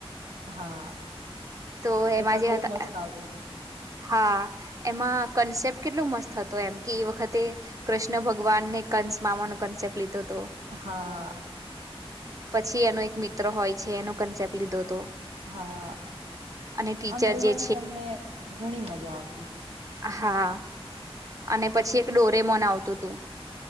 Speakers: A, on the right; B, on the right.
A: હા
B: તો એમાં
A: એ પણ
B: જે
A: બહ
B: હતા
A: મસ્ત આવતું હતું.
B: હા એમાં કન્સેપ્ટ કેટલો મસ્ત હતો એમ કે એ વખતે કૃષ્ણ ભગવાનને. કન્સ મામાનો કન્સેપ્ટ લીધો. હતો
A: હા
B: પછી એનો એક મિત્ર હોય છે એનો કન્સેપ્ટ લીધો હતો
A: હા
B: અને ટીચર
A: આમ જોવાની
B: જે છે
A: તમને ઘણી મજા આવતી
B: હા અને પછી એક ડોરેમોન આવતું તું